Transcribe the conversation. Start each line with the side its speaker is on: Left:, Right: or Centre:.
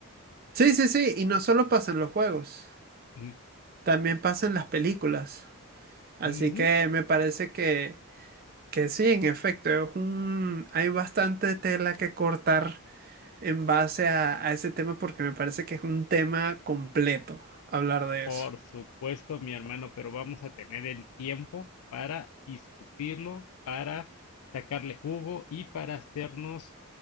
Right: Sí, sí, sí, y no solo pasa en los juegos,
Left: mm,
Right: también pasa en las películas. Así
Left: ujú.
Right: que me parece que, que sí, en efecto, es un, hay bastante tela que cortar en base a, a ese tema porque me parece que es un tema completo hablar de
Left: Por
Right: eso.
Left: supuesto, mi hermano, pero vamos a tener el tiempo para discutirlo, para sacarle jugo y para hacernos